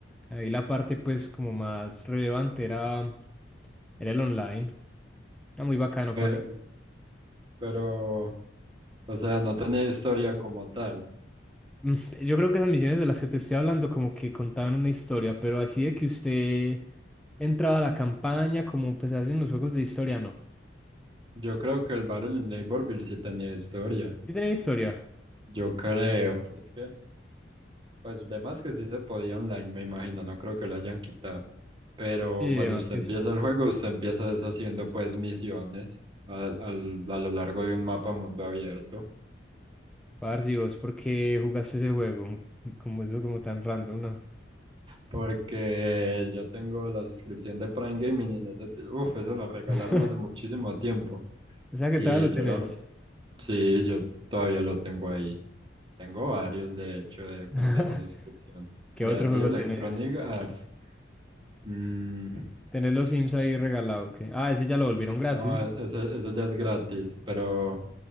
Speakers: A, in the centre; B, on the right (about 25°).
A: Ahí la parte pues como más relevante era, era el online. Era muy bacano
B: eh,
A: para que...
B: pero... O sea, no tenía historia como tal.
A: Mm, Yo creo que esas misiones de las que te estoy hablando como que contaban una historia, pero así de que usted entraba a la campaña como pues hacen los juegos de historia, no.
B: Yo creo que el Battle in Neighborville sí tenía historia.
A: ¿Sí tenía historia?
B: Yo creo. Es que, pues, de más que sí se podía online, me imagino. No creo que lo hayan quitado. Pero
A: Sí,
B: cuando
A: además
B: usted
A: que
B: empieza
A: sí.
B: el juego, usted empieza deshaciendo, pues, misiones al- al- a lo largo de un mapa mundo abierto.
A: Parce, ¿y vos por qué jugaste ese juego? <laughs> Como eso, como tan random, ¿no?
B: Porque yo tengo la suscripción de Prime Gaming y en ese, ti- uf, eso lo regalaron
A: <laughs>
B: hace muchísimo tiempo.
A: O sea, ¿qué
B: Y
A: tal lo
B: yo
A: tenés?
B: la, sí, yo todavía lo tengo ahí. Tengo varios, de hecho, de cuenta
A: <laughs>
B: de esa suscripción.
A: ¿Qué
B: De
A: otro
B: así
A: juego
B: Electronic
A: tenés?
B: Arts. Mm,
A: Tenés los Sims ahí regalado, ¿qué? Ah, ese ya lo volvieron gratis,
B: no,
A: ¿no?
B: ese, ese ya es gratis, pero